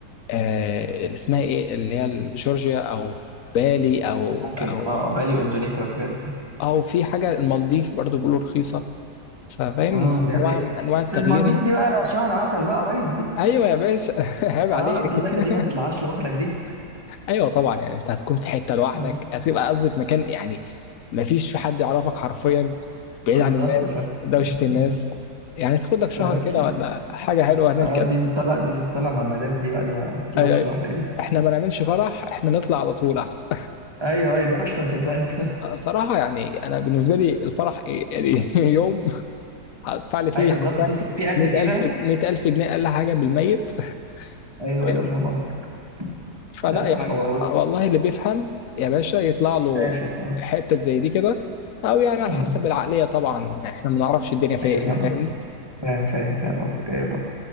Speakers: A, on the left (about 60°); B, on the right (about 15°).
A: آه اللي اسمها ايه اللي هي جورجيا او بالي او
B: ممكن
A: او
B: اه بالي واندونيسيا والحاجات دي
A: او في حاجه المالديف برضو بيقولوا رخيصه ففاهم
B: امم دي حقيقة
A: انواع من انواع التغيير
B: بس المالديف
A: يعني.
B: دي بقى شهر عسل بقى يا ريس دي
A: ايوه يا باشا <laughs> عيب عليك
B: اه دي بقى
A: <laughs>
B: دي ما تطلعش لوحدك دي
A: ايوه طبعا يعني انت هتكون في حته لوحدك
B: آه.
A: هتبقى قصدي في مكان يعني ما فيش في حد يعرفك حرفيا بعيد
B: بالظبط
A: عن الناس
B: ف...
A: دوشه الناس
B: مم.
A: يعني تاخد لك شهر
B: فلاش
A: كده
B: يعني.
A: ولا حاجه حلوه هناك
B: اه
A: كده
B: دي تطلع دي تطلع مع المدام دي بقى دي ما تطلعش
A: أي- أي.
B: لوحدك دي
A: احنا ما نعملش فرح احنا نطلع على طول احسن
B: ايوه ايوه ده احسن صدقني <laughs>
A: <laughs> صراحه يعني انا بالنسبه لي الفرح إيه؟ يعني <laughs> يوم هدفع لي فيه
B: ايوه بالظبط
A: حرفيا
B: تصرف فيه قد
A: 100000
B: كده
A: جنيه 100000 جنيه اقل حاجه بالميت
B: ايوه
A: <laughs>
B: ايوه فاهم قصدك
A: فلا
B: لا صح
A: يعني
B: هو هو
A: والله اللي بيفهم يا باشا يطلع له
B: تسافر اه
A: حتة زي دي كده او يعني على
B: آه.
A: حسب العقلية طبعا يعني احنا ما نعرفش الدنيا فيها
B: ايوه
A: ايه
B: فاهم قصدك
A: فاهمني
B: فاهم فاهم فاهم قصدك ايوه طب